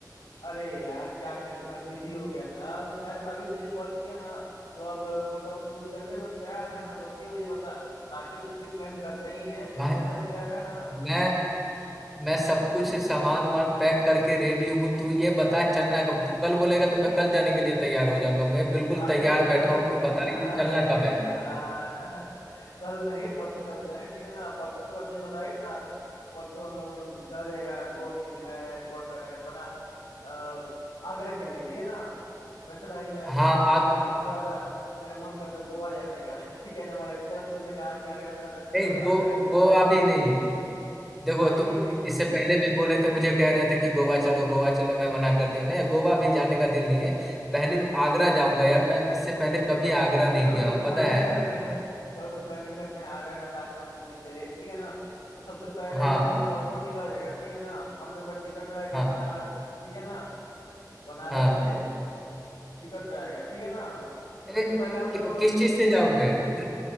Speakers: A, on the left; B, in the centre.
A: अरे यार क्या करे थोड़ा बिजी हो गया था खैर अभी तुझे कॉल किया ना तो अब मतलब तू चलने को तैयार है ना बस ये मुझे बता बाकी तो ट्रिप प्लान करते ही है तू
B: भाई
A: चलने को तैयार है ना
B: मैं मैं सब कुछ सामान वामान पैक करके रेडी हूँ तू ये बता चलना कब तू कल बोलेगा तो मैं कल जाने के लिए तैयार हो जाऊंगा मैं बिल्कुल
A: भाई
B: तैयार
A: कल
B: बैठा हूँ
A: <laughs>
B: कि बता
A: अरे
B: ये चलना कब है
A: यार <laughs> कल नहीं परसों चलते हैं ठीक है ना परसों के बाद तुझे बताया ही था कि परसों हम लोगों ने चला जाएगा गोवा के लिए अ, गोवा कर रहे हैं वरना अ, आगरा के लिए ठीक है ना वैसे भाई मैं
B: हाँ
A: सच बताऊं ना
B: आग
A: मेरा मन कर रहा था मेरा मन कर रहा था गोवा जाने का <laughs> ठीक है ना मगर चल तूने कहा कि आगरा चला था चलो
B: नहीं
A: आगरा
B: गो
A: ही चला
B: गोवा
A: जाए
B: भी नहीं देखो
A: हाँ
B: तुम
A: ठीक ठीक ठीक
B: इससे पहले भी बोले थे मुझे कह रहे थे कि गोवा चलो गोवा चलो मैं मना कर दिया नहीं गोवा भी जाने का दिल नहीं है पहले आगरा जाऊंगा यार मैं इससे पहले कभी आगरा नहीं
A: चलो
B: गया
A: तो
B: हूँ
A: प्लानिंग
B: पता है
A: करते हैं चलो तो प्लानिंग करते हैं आगरा का ताजमहल घूमने के लिए ठीक है ना तो सबसे पहले
B: हाँ
A: हम लोग परसों निकला जाएगा ठीक है ना हम लोग का टिकट रहेगा
B: हाँ
A: बनारस से ठीक है ना बनारस
B: हाँ
A: से टिकट रहेगा ठीक है ना
B: ए,
A: सबसे पहले हम लोग
B: कि, किस
A: दिल्ली
B: चीज से
A: जाएंगे
B: जाओगे ट्र-